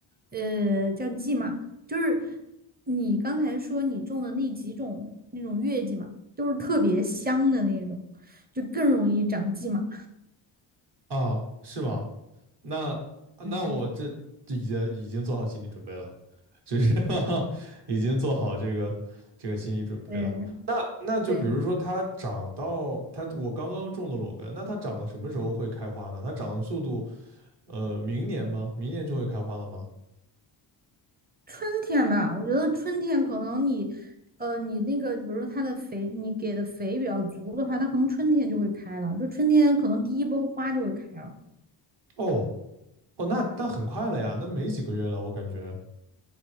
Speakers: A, on the right; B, on the right.
A: 呃叫蓟马，就是你刚才说你种的那几种那种月季嘛，都是特别香的那种，就更容易长蓟马。
B: 啊，是吗？那那我这这已经已经做好心理准备了。
A: 嗯，
B: 就是 <laughs> 已经做好这个这个心理准备了。
A: 对。
B: 那那就比如说它长到它我刚刚种的裸根，
A: 对，
B: 那它长到什么时候会开花呢？它长的速度，呃，明年吗？明年就会开花了吗？
A: 春天吧，我觉得春天可能你，呃，你那个，比如说它的肥，你给的肥比较足的话，它可能春天就会开了，就春天可能第一波花就会开了。
B: 哦哦，那那很快了呀，那没几个月了，我感觉。